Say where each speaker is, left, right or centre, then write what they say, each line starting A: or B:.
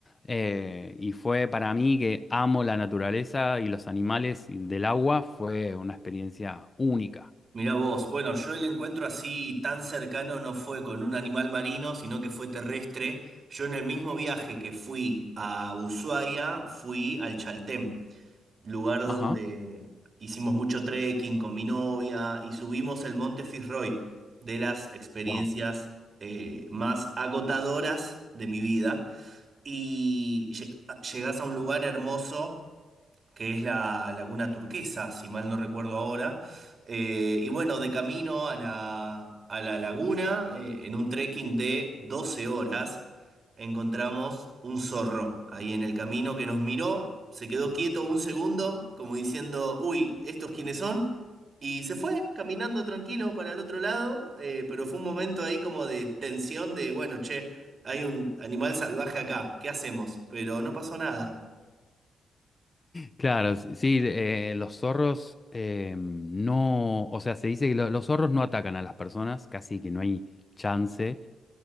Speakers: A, on the left; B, on the right.
A: eh, y fue para mí que amo la naturaleza y los animales y del agua, fue una experiencia única.
B: Mirá vos. Bueno, yo el encuentro así tan cercano no fue con un animal marino, sino que fue terrestre. Yo en el mismo viaje que fui a Ushuaia, fui al Chaltén, lugar donde
A: Ajá.
B: hicimos mucho trekking con mi novia y subimos el Monte Fitzroy, de las experiencias
A: Wow.
B: eh, más agotadoras de mi vida. Y lle- llegas a un lugar hermoso que es la Laguna Turquesa, si mal no recuerdo ahora. Eh, y bueno, de camino a la, a la laguna, eh, en un trekking de 12 horas, encontramos un zorro ahí en el camino que nos miró, se quedó quieto un segundo, como diciendo, uy, ¿estos quiénes son? Y se fue caminando tranquilo para el otro lado, eh, pero fue un momento ahí como de tensión de, bueno, che, hay un animal salvaje acá, ¿qué hacemos? Pero no pasó nada.
A: Claro, s- sí, eh, los zorros eh, no, o sea, se dice que lo- los zorros no atacan a las personas, casi que no hay chance.